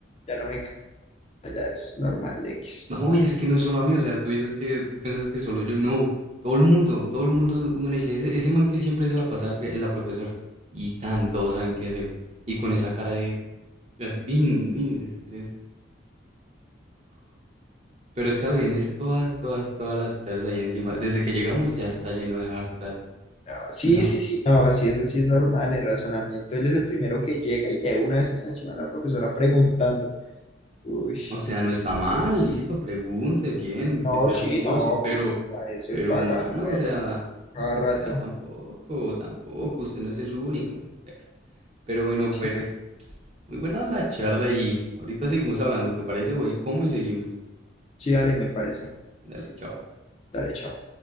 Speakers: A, on the left (about 30°); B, on the right (about 35°).
A: ya no me, ca- ya es normal, X.
B: <laughs> no, y es que no es solo a mí, o sea, tú dices que, tú piensas que solo yo, no. Todo el mundo, todo el mundo, uno le dice, ese, ese man que siempre se la pasa al re- en la profesora. Y tan, todos saben que es él. Y con esa cara de, Así, in, in, estrés. Pero es que a lo bien es
A: <laughs>
B: todas, todas, todas las clases ahí encima. Desde que llegamos ya está, ya y no deja dar clase.
A: No, sí,
B: No.
A: sí, sí, no, sí, eso sí es normal, el razonamiento, él es el primero que llega y de una vez está encima de la profesora preguntando. Uy,
B: O sea, no está mal, listo, pregunte bien, que
A: no,
B: sea
A: sí,
B: juicioso,
A: no,
B: pero,
A: pues para eso
B: pero,
A: él paga,
B: mano,
A: pero
B: o sea,
A: cada rato,
B: o sea, tampoco, tampoco, usted no es el único, mi perro. Pero bueno,
A: chica,
B: Perry, muy buena la charla y ahorita seguimos hablando, ¿te parece? Voy, ¿cómo? Y seguimos.
A: sí, dale, me parece,
B: Dale, chao.
A: dale, chao.